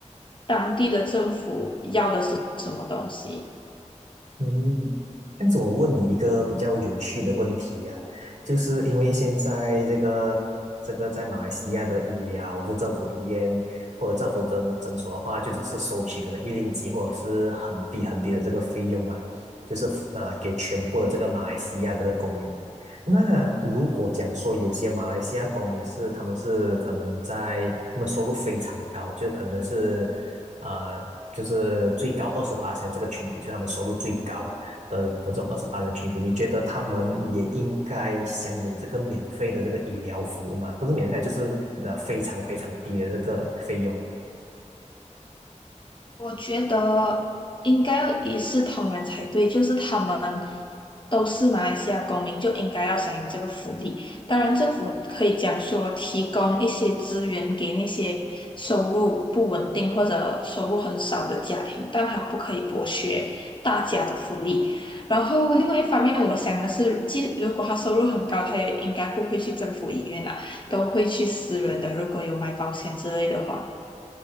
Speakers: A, on the left (about 40°); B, on the right (about 70°).
A: 当地的政府要的是什么东西。
B: 嗯，这样子我问你一个比较有趣的问题呀、就是因为现在这个这个在马来西亚的医疗，就政府医院或者政府诊诊所的话，就只是收取可能一令吉或者是很低很低的这个费用嘛，就是呃给全部的这个马来西亚的公民。那如果讲说有些马来西亚公民是他们是可能在他们收入非常高，就是可能是呃就是最高二十八这个群体，就是他们收入最高的的这种二十八人群体，你觉得他们也应该享有这个免费的这个医疗服务吗？不是免费，就是呃非常非常低的这个费用。
A: 我觉得应该要一视同仁才对，就是他们都是马来西亚公民，就应该要享有这个福利。当然，政府可以讲说提供一些资源给那些收入不稳定或者收入很少的家庭，但他不可以剥削大家的福利。然后，另外一方面，我想的是，即如果他收入很高，他也应该不会去政府医院啦，都会去私人的，如果有买保险之类的话。